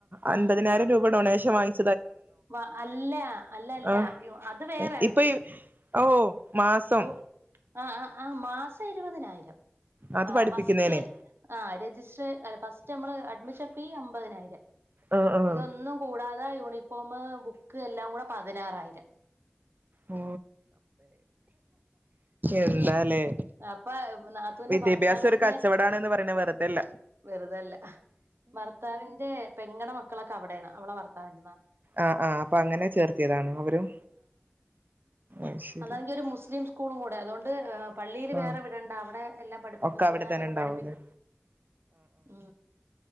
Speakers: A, on the right; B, on the right.
A: അൻപതിനായിരം
B: ആഹ് ആഹ്
A: രൂപ ഡൊണേഷൻ വാങ്ങി
B: വ അല്ല അല്ല അല്ല
A: ആഹ്
B: യൊ അത് വേറെ
A: ഇപ്പൊ ഈ ഓ മാസം
B: യു ആ ആ അ മാസ് ഇരുപതിനായിരം
A: അത്
B: ആ
A: പഠിപ്പിക്കുന്നേന്
B: ഫസ്റ്റ് ആ രജിസ്റ്റർ ഫസ്റ്റ് നമ്മള് അഡ്മിഷൻ ഫീ അമ്പതിനായിരം
A: ആഹ് ആഹ്
B: ഇതൊന്നും കൂടാത് ത യൂണിഫോം ബുക്ക് എല്ലാം കൂടെ പതിനാറായിരം.
A: ഓ എന്താലേ
B: അപ്പ നാത്തുവിന്റെ
A: വിദ്യാഭ്യാസം
B: ഭർത്താവിന്റെ
A: ഒരു കച്ചവടാണ്ന്ന് പറയണ വെറുതെല്ല
B: വെറുതല്ല ഭർത്താവിന്റെ പെങ്ങടെ മക്കളൊക്കെ അവിടെയണ അവളെ ഭർത്താവിൻ
A: ആഹ് ആഹ് അപ്പൊ അങ്ങനെ ചേർത്തിയതാണോ അവരും. അയ്ശരി
B: അല്ലെങ്കിൽ ഒരു മുസ്ലിം സ്കൂളും കൂടെ അതുകൊണ്ട് പള്ളിൽ വേറെ
A: ആഹ്
B: വിടെണ്ട അവിടെ എല്ലാം പഠിപ്പിക്കും
A: ഒക്കെ
B: ഖുറാനൊക്കെ
A: അവിടെ തന്നെ ഇണ്ടാവൂല്ലേ
B: പഠിപ്പിക്കും ഉ